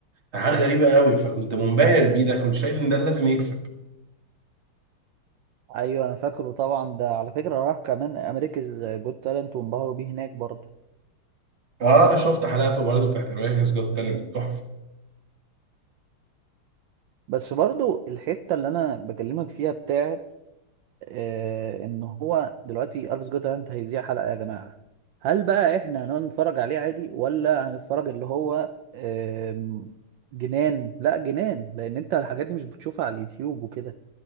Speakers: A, on the right; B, on the right.
A: حاجه غريبه قوي فكنت منبهر بيه ده كنت شايف ان ده لازم يكسب
B: ايوه انا فاكره طبعا ده على فكرة راح كمان امريكاز جوت تالنت وانبهروا بيه هناك برضه
A: اه انا شفت حلقاته برضه بتاعت امريكا's جوت تالنت تحفه
B: بس برضه الحتة اللي انا بكلمك فيها بتاعت آه، ان هو دلوقتي الفيس جوتالاند هيذيع حلقه يا جماعه هل بقى احنا هنقعد نتفرج عليه عادي ولا هنتفرج اللي هو آم، جنان لا جنان لان انت الحاجات دي مش بتشوفها على اليوتيوب وكده